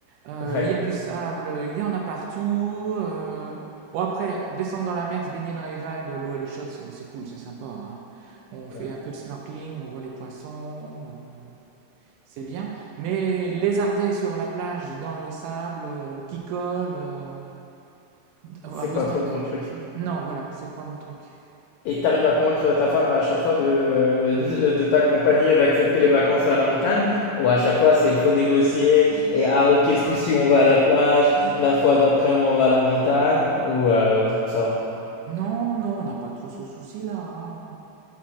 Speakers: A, on the right (about 75°); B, on the left (about 85°).
A: Euh,
B: Ouais,
A: Il y a du sable, il y en a partout. euh. Bon, après, descendre dans la mer, se baigner dans les vagues, l'eau elle est chaude, c'est c'est cool, c'est sympa. hein. On fait
B: ouais.
A: un peu de snorkeling, on voit les poissons, euh, c'est bien. Mais lézarder sur la plage, dans le sable, euh, qui colle, euh, avoir
B: C'est
A: besoin
B: pas trop ton
A: de des
B: truc.
A: chaussures. Non, voilà, c'est pas mon truc.
B: Et t'arrives à convaincre ta femme à chaque fois de, <laughs> de t'accompagner et d'accepter les vacances à la montagne? Ou à chaque fois, c'est faut négocier et ah, ok, ce coup-ci, on va à la plage, la fois d'après, on va à la montagne? Ou euh, ça va?
A: Non, non, on n'a pas trop ce souci-là. hein.